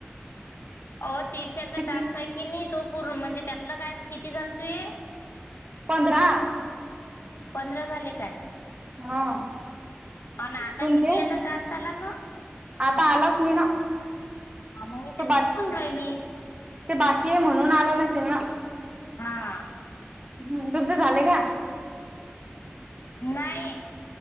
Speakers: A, on the left; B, on the right.
A: हो तिश तर
B: ते
A: टारसाई
B: तीस
A: कि नाही तो पूर्ण म्हणजे त्यातला काय किती झालं तू आहे.
B: पंधरा.
A: पंधरा झाले काय?
B: हा.
A: अन आता
B: तुणचे
A: किती याचा टार्स आला मग
B: आता आलाच नाही ना.
A: ह मग मी
B: तो
A: तेन
B: बाकी
A: राहिली.
B: ते बाकी आहे म्हणून आलं नाशनना.
A: हा.
B: हम् तुमचं झालंय का?
A: नाही.